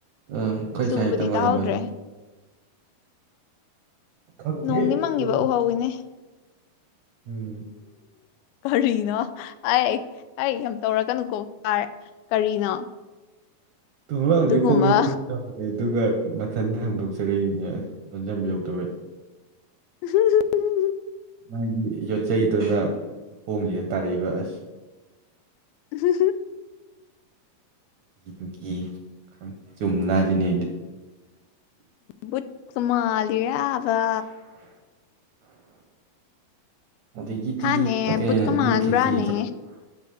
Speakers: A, on the right; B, on the left.
A: ꯑ ꯑꯩꯈꯣꯏꯁꯥꯏꯇꯪ
B: ꯆꯨꯕꯗꯤ ꯇꯥꯍꯧꯗ꯭ꯔꯦ
A: ꯑꯣꯏꯔꯝꯃꯅꯤ ꯈꯪꯉꯦ
B: ꯅꯣꯡꯗꯤ ꯃꯪꯉꯤꯕ
A: ꯑꯣꯏꯔꯣꯡ
B: ꯎꯍꯧꯋꯤꯅꯦ
A: ꯎꯝ
B: ꯀꯔꯤꯅꯣ ꯑꯩ ꯑꯩ ꯌꯥꯝ ꯇꯧꯔꯛꯀꯅꯨꯀꯣ ꯀꯔꯤꯅꯣ
A: ꯊꯣꯡꯂꯛꯁꯦ
B: ꯑꯗꯨꯒꯨꯝꯕ
A: ꯈꯣꯡꯁꯦ ꯇꯨꯝ ꯆꯦ ꯑꯗꯨꯒ ꯃꯊꯟꯇ ꯍꯥꯡꯗꯣꯛꯆꯔꯛꯏꯅꯦ ꯂꯣꯟꯖꯟ ꯌꯧꯗꯕ
B: ꯍ
A: ꯃꯥꯒꯤ ꯌꯣꯠꯆꯩꯗꯨꯅ ꯈꯣꯡꯁꯤꯗ ꯇꯥꯔꯛꯏꯕ ꯑꯁ
B: ꯍ
A: ꯗꯨꯒꯤ ꯈ ꯆꯨꯝꯅꯁꯤꯅꯦ
B: ꯕꯨꯀ ꯃꯥꯜꯂꯤꯔꯕ
A: ꯗꯗꯒꯤꯗꯤ
B: ꯍꯥꯅꯦ
A: ꯀꯩ
B: ꯕꯨꯠꯀ
A: ꯍꯧꯖꯤ
B: ꯃꯥꯟꯕ꯭ꯔꯥꯅꯦ
A: ꯈꯦꯁꯤ